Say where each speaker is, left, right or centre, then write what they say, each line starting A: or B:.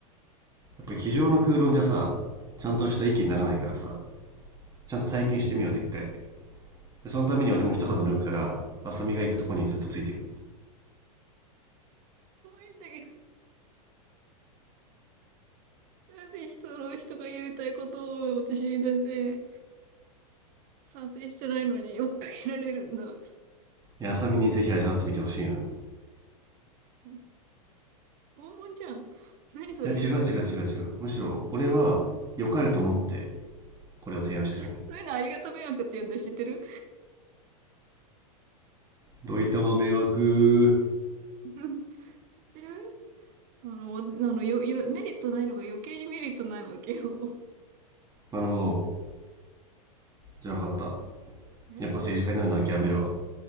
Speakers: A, on the right; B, on the right.
A: やっぱり机上の空論じゃさ、ちゃんとした意見にならないからさ、ちゃんと体験してみようぜ、
B: なんて
A: 一回。でそのために俺も一肌脱ぐから、浅見が行くとこにずっとついていく。
B: 怖いんだけど。なんで人の人がやりたいことを私全然賛成してないのに追っかけられるんだ。
A: いや、浅見にぜひ味わってみてほしいのよ。
B: 拷問じゃん。何それ。
A: いや、違う違う違う違う。むしろ、俺は良かれと思って、これを提案してるんだよ。
B: そういうのありがた迷惑って言うんだ。知ってる
A: どいたま迷惑。
B: <laughs> 知ってるあの、あの、よ、よ、メリットないのが余計にメリットないわけよ。
A: なるほど。じゃあ分かった。
B: え
A: やっぱ政治家になるの諦めるわ
B: うん